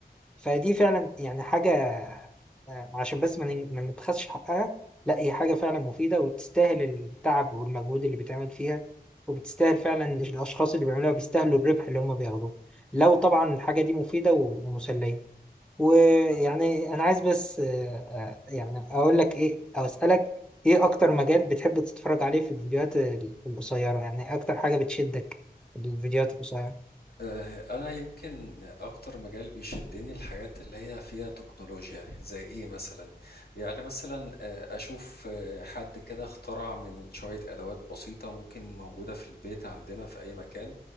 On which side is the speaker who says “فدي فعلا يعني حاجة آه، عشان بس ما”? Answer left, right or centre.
Centre